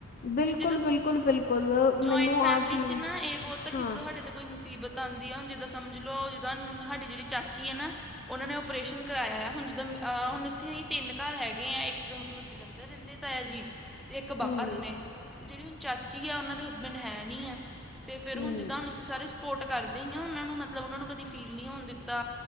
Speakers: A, on the left; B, in the centre.
A: ਬਿਲਕੁਲ
B: ਤੇ ਜਦੋਂ,
A: ਬਿਲਕੁਲ ਬਿਲਕੁਲ ਮੈਨੂੰ
B: ਜਇੰਟ ਫੈਮਲੀ
A: ਆਹ ਚੀਜ਼
B: ਚ ਨਾ ਇਹ ਬਹੁਤ ਆ ਕਿ
A: ਹਾਂ
B: ਜਦੋ ਸਾਡੇ ਤੇ ਕੋਈ ਮੁ ਮੁਸੀਬਤ ਆਉਂਦੀ ਆ ਹੁਣ ਜਿੱਦਾਂ ਸਮਝ ਲੋ, ਜਦਾਂ ਸਾਡੀ ਜਿਹੜੀ ਚਾਚੀ ਆ ਨਾ। ਉਹਨਾ ਨੇ ਓਪਰੇਸ਼ਨ ਕਰਵਾਆ ਜਦ ਅਹ ਹੁਣ ਇੱਥੇ ਹੀ ਤਿੰਨ ਘਰ ਹੈਗੇ ਆ ਇੱਕ ਮਤਲਬ ਜਲੰਧਰ ਰਹਿੰਦੇ ਤਾਯਾ ਜੀ, ਤੇ ਇੱਕ
A: ਹੂੰ
B: ਬਾਹਰ ਨੇ, ਤੇ ਜਿਹੜੇ ਹ ਚਾਚੀ ਆ ਉਹਨਾਂ ਦੇ ਹਸਬੈਂਡ ਹੈ ਨੀ ਆ। ਤੇ ਫੇਰ
A: ਹੂੰ
B: ਹੁਣ ਜਿੱਦਾਂ ਹੁਣ ਅਸੀਂ ਸਾਰੇ ਸਪੋਰਟ ਕਰਦੇ ਹੀ ਆ ਉਹਨਾਂ ਨੂੰ ਮਤਲਬ ਉਹਨਾਂ ਨੂੰ ਕਦੀ ਫੀਲ ਨਹੀਂ ਹੋਣ ਦਿੱਤਾ।